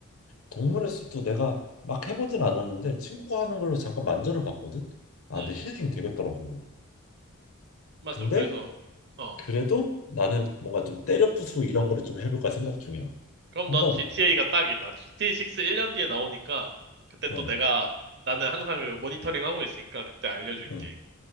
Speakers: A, on the left; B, on the right.
A: 동물의 숲도 내가 막 해보진 않았는데 친구가 하는 걸로 잠깐 만전을 봤거든. 아,
B: 음,
A: 근데 힐링이 되겠더라고.
B: 맞아.
A: 근데
B: 그래서, 어.
A: 그래도 나는 뭔가 좀 때려 부수고 이런 거를 좀 해볼까 생각 중이야.
B: 그럼
A: 한번.
B: 넌 GTA가 딱이다. GTA 6 1년 뒤에 나오니까 그때 또
A: 응,
B: 내가, 나는 항상 그 모니터링 하고 있으니까 그때 알려줄게.
A: 응.